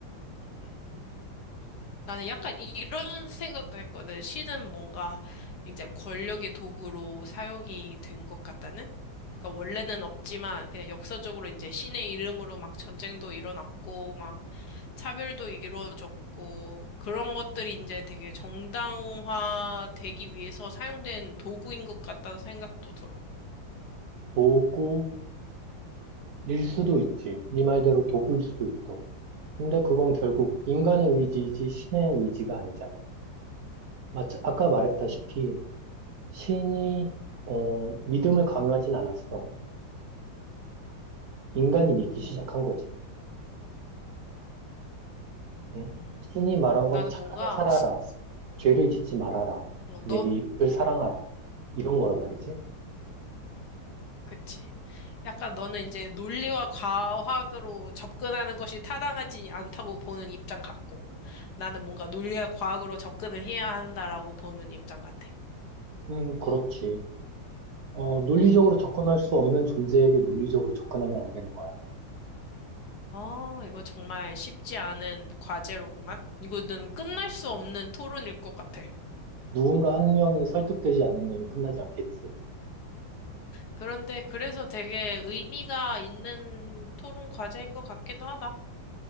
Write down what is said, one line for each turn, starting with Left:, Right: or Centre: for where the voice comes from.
Left: 음, 나는 약간 이- 이런 생각도 했거든. 시는 뭔가 이제 권력의 도구로 사용이 된 것 같다는? 그러니까 원래는 없지만 그냥 역사적으로 이제 신의 이름으로 막 전쟁도 일어났고 막 차별도 이루어졌고 그런 것들이 이제 되게 정당화되기 위해서 사용된 도구인 것 같다는 생각도 들어.
Right: 도구일 수도 있지. 네 말대로 도구일 수도 있어. 근데 그건 결국 인간의 의지이지 신의 의지가 아니잖아. 마치 아까 말했다시피 신이 어, 믿음을 강요하진 않았어. 인간이 믿기
Left: 음,
Right: 시작한 거지. 응?
Left: 음.
Right: 신이 말한 건
Left: 나는
Right: 착하게
Left: 뭔가,
Right: 살아라. 죄를 짓지 말아라.
Left: 어,
Right: 내
Left: 너,
Right: 이웃을 사랑하라. 이런 거란 말이지.
Left: 그치. 약간 너는 이제 논리와 과학으로 접근하는 것이 타당하지 않다고 보는 입장 같고, 나는 뭔가 논리와 과학으로 접근을 해야 한다라고 보는 입장 같아.
Right: 음, 그렇지. 어, 논리적으로 접근할 수 없는 존재에게 논리적으로 접근하면 안 되는 거야.
Left: 어, 이거 정말 쉽지 않은 과제로구만. 이거는 끝날 수 없는 토론일 것 같아.
Right: 누군가 한 명이 설득되지 않는다면 끝나지 않겠지.
Left: 그런데 그래서 되게 의미가 있는 토론 과제인 것 같기도 하다.